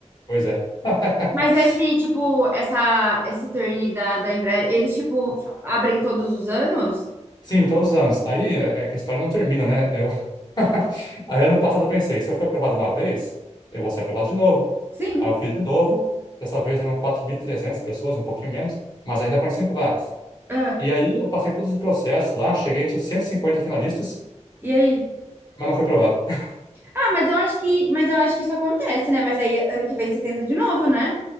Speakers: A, on the left (about 35°); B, on the right (about 15°).
A: Pois é. <laughs>
B: Mas esse, tipo, essa, esse turn da, da Embraer, eles, tipo, fa- abrem todos os anos?
A: Sim, todos os anos. Aí é é que a história não termina, né? Eu... <laughs> Aí ano passado eu pensei, se eu fui aprovado uma vez, eu vou ser aprovado de novo.
B: Sim.
A: Aí eu fiz de novo, dessa vez eram 4.300 pessoas, um pouquinho menos, mas ainda 45 vagas.
B: Ah,
A: E aí eu passei todos os processos lá, cheguei entre os 150 finalistas,
B: e aí?
A: mas não fui aprovado. <laughs>
B: Ah, mas eu acho que, mas eu acho que isso acontece, né? Mas aí ano que vem você tenta de novo, né?